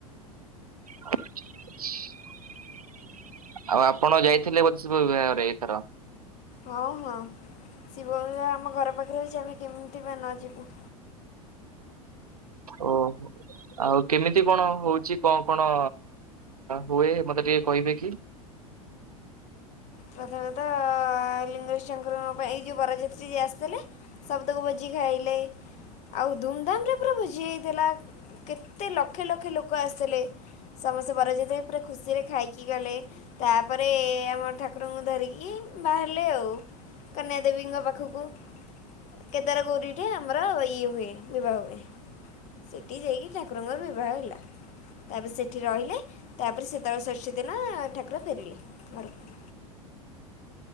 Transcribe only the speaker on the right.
ହଉ ଠିକ ଅଛି। <unintelligible> ଆଉ ଆପଣ ଯାଇଥିଲେ ବୋଧେ ଶିବବିବାହରେ ଏଇଥର
ଓ ହ। ଆଉ କେମିତି କଣ ହଉଛି କଣ କଣ ହୁଏ ମତେ ଟିକେ କହିବେ କି।